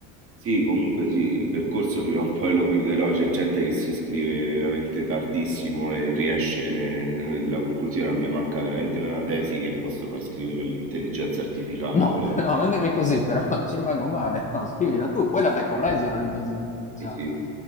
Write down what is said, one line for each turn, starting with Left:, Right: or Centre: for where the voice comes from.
Right: sì, comunque sì, il percorso prima o poi lo chiuderò, c'è gente che si iscrive veramente tardissimo e riesce ne nella conclusione, a me manca veramente la tesi che posso far scrivere all'intelligenza artificiale
Left: No,
Right: volen
Left: <laughs> no, non dirmi così, però <laughs> ci rimango male. No, scrivila tu, poi la fai correggere all'intelligenza artificiale.
Right: Sì, sì,